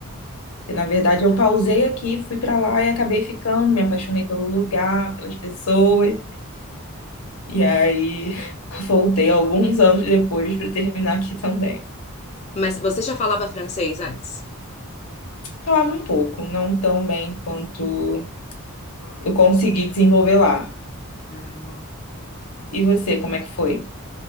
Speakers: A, on the left; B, on the left.
A: E, na verdade, eu pausei aqui, fui para lá e acabei ficando, me apaixonei pelo lugar, pelas pessoas. E aí <laughs> voltei alguns anos depois para terminar aqui também.
B: Mas você já falava francês antes?
A: Falava um pouco, não tão bem quanto eu consegui desenvolver lá.
B: Aham.
A: E você, como é que foi?